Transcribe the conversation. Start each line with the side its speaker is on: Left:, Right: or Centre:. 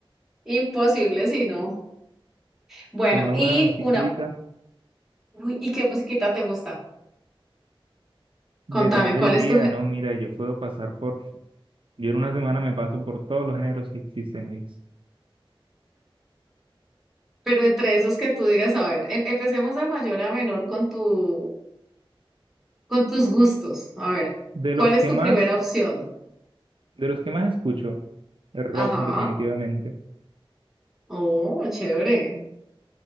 Centre: imposible si no. Bueno,
Right: con una
Centre: y
Right: buena musiquita.
Centre: una Uy, ¿y qué musiquita te gusta?
Right: Depende
Centre: Contame, ¿cuál
Right: del
Centre: es
Right: día,
Centre: tu... gé-
Right: ¿no? Mira, yo puedo pasar por, yo en una semana me paso por todos los géneros que existen, hoy
Centre: Pero entre esos que tú digas, a ver, em- empecemos de mayor a menor con tu, con tus gustos. A ver,
Right: De
Centre: ¿cuál
Right: los
Centre: es
Right: que
Centre: tu
Right: más,
Centre: primera opción?
Right: de los que más escucho, el rock
Centre: Ajá.
Right: definitivamente.
Centre: Oh, chévere.